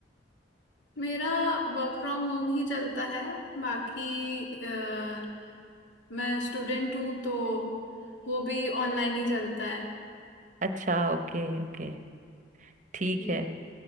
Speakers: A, on the left (about 75°); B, on the right (about 40°).
A: मेरा वर्क फ्रॉम होम ही चलता है बाकी अ, मैं स्टूडेंट हूँ तो वो भी ऑनलाइन ही चलता है
B: अच्छा ओके ओके ठीक
A: जी
B: है